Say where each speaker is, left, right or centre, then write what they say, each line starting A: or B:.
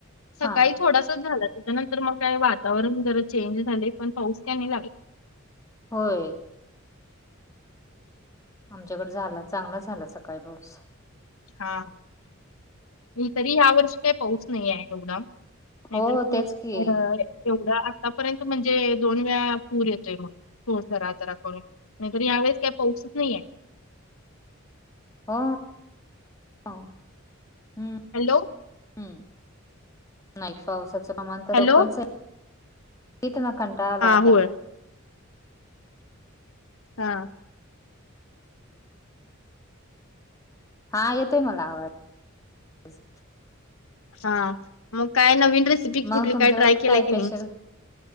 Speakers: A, on the left (about 80°); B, on the left (about 15°).
A: सकाळी
B: हा
A: थोडासा झाला त्याच्यानंतर मग काय वातावरण जर चेंज झाले पण पाऊस क नाही लागला
B: होय आमच्याकडे झाला चांगला झाला सकाळी पाऊस
A: हा म तरी ह्या वर्षी काही पाऊस नाही आहे एवढा नाहीतर
B: हो
A: पू
B: तेच
A: अ
B: की
A: तेवढं आतापर्यंत म्हणजे दोन वेळा पूर येतोय मग पोड जरा जरा करून नाहीतर यावेेस काही पाहसच नाहीये
B: हा ह हम्म
A: हॅलो
B: हम्म नाही पावसाचं प्रमाण तर
A: हॅलो
B: रकच आहे तीत म कंटाळलाता
A: हा होय हा
B: हा येतोय मला आवाज
A: हा मग काय नवीन रेसिपी कुठली
B: मग तुमच्याकडे
A: काय ट्राय केलाय
B: स्पेशल
A: की नाही